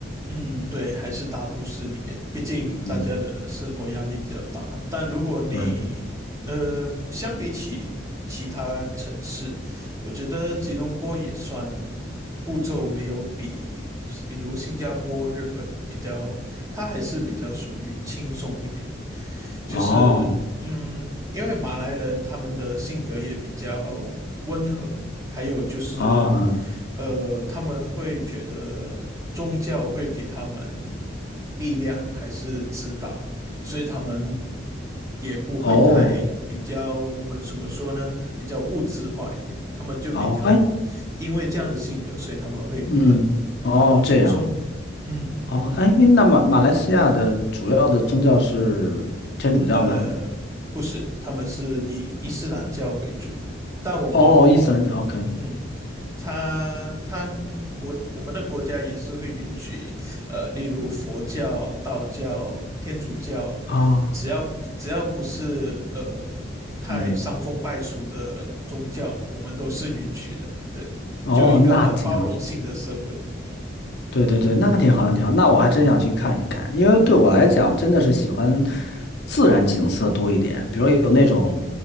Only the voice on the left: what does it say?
嗯，
对。
哦
哦嗯
哦
哦哎
嗯哦这样
哦哎那马马来西亚的主要的宗教是天主教吗？
哦，伊斯兰教 OK。
啊
嗯，
哦，
那挺好，对对对，
那挺好，那挺好，那我还真想去看一看，因为对我来讲，真的是喜欢自然景色多一点，比如有那种